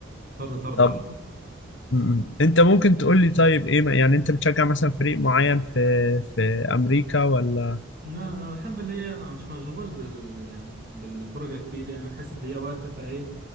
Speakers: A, on the right; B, on the left.
A: طرد طرد
B: طب
A: على طول
B: م- م. أنت ممكن تقول لي طيب إيه ما- يعني أنت بتشجع مثلا فريق معين في في أمريكا ولا
A: لا انا بحب اللي هي انا مش مشغول بال يعني بالفرجه كتير يعني بحس ان هي وقت فايه